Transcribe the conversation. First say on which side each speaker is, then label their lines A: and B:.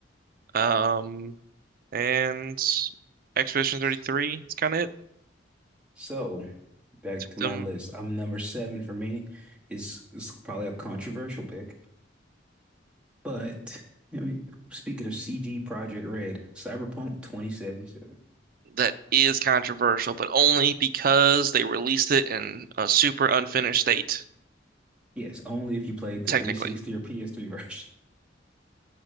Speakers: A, on the right (about 50°); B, in the centre.
A: Um, and Expedition 33
B: S-
A: is kind of it.
B: So back to
A: Them
B: my list. I'm number seven for me is is probably a controversial pick, but I mean, speaking of CG Project Red, Cyberpunk 2077.
A: that is controversial, but only because they released it in a super unfinished state.
B: Yes, only if you played the
A: technically.
B: 360 or PS3 <laughs> version.